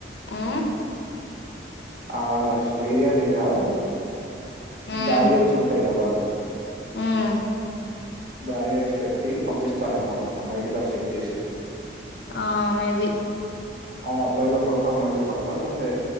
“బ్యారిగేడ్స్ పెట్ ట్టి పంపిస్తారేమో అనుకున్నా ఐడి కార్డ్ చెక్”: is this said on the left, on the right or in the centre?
Right